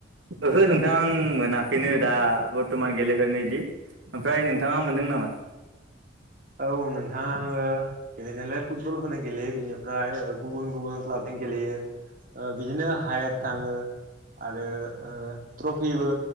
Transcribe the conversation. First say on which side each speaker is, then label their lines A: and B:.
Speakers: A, on the right; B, on the right.
A: ओहो नोंथां आं मोनाखैनो दा बरथमान गेलेफेरनो इदि। ओमफ्राय नोंथाङा मोनदों नामा?
B: औ नोंथां आङो गेलेनायालाय फुटबलखौनो गेलेयो बेनिफ्राय गुबुन गुबुन क्लाब। गेलेयो बिदिनो हायेर थाङो आरो ट्रफिबो